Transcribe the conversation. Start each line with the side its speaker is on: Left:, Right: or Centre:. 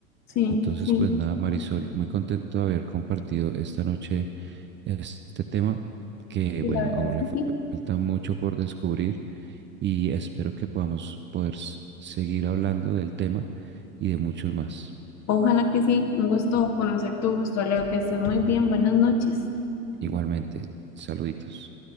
Left: Sí,
Right: Entonces,
Left: sí,
Right: pues nada, Marisol, muy contento de haber compartido esta noche este tema, que
Left: sí,
Right: bueno,
Left: la verdad
Right: aún
Left: es que
Right: le
Left: sí.
Right: falta mucho por descubrir y espero que podamos poder s- seguir hablando del tema y de muchos más.
Left: Ojalá que sí. Un gusto conocer tu gusto, Leo, que estés muy bien. Buenas noches.
Right: Igualmente, saluditos.